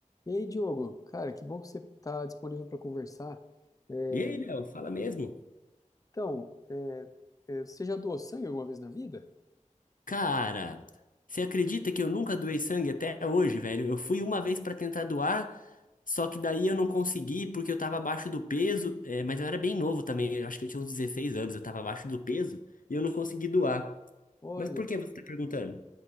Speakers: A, on the left; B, on the left.
A: E aí, Diogo, cara, que bom que você está disponível para conversar. É,
B: E aí, Léo, fala mesmo?
A: então, é, é, você já doou sangue alguma vez na vida?
B: Cara, você acredita que eu nunca doei sangue até hoje, velho? Eu fui uma vez pra tentar doar, só que daí eu não consegui porque eu tava abaixo do peso, é, mas eu era bem novo também, eu acho que eu tinha uns 16 anos, eu tava abaixo do peso e eu não consegui doar.
A: Olha,
B: Mas por que você tá perguntando?